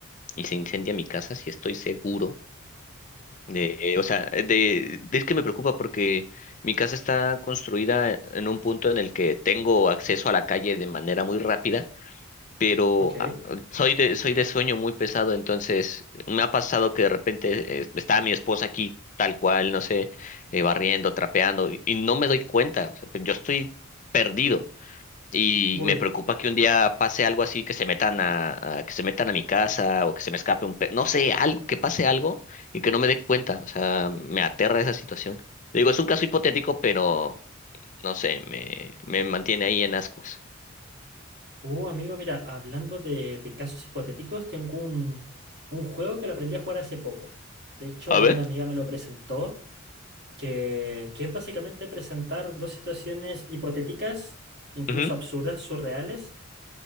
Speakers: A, on the left (about 35°); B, on the right (about 50°).
A: y se incendia mi casa, si estoy seguro de, o sea, de, de- es que me preocupa porque mi casa está construida en un punto en el que tengo acceso a la calle de manera muy rápida pero
B: Ok.
A: ah, soy de, soy de sueño muy pesado, entonces me ha pasado que de repente eh, está mi esposa aquí tal cual, no sé, eh, barriendo, trapeando, y, y no me doy cuenta, o sea, yo estoy perdido. Y
B: Uy.
A: me preocupa que un día pase algo así, que se metan a, a- que se metan a mi casa o que se me escape un pe, no sé, algo, que pase algo y que no me dé cuenta. O sea, me aterra esa situación. Digo, es un caso hipotético, pero no sé, me, me mantiene ahí en ascuas.
B: Uh, amigo, mira, hablando de, de casos hipotéticos, tengo un, un juego que lo aprendí a jugar hace poco. De hecho,
A: A
B: una
A: ver.
B: amiga me lo presentó, que, que es básicamente presentar dos situaciones hipotéticas, incluso
A: Ujú,
B: absurdas, surreales,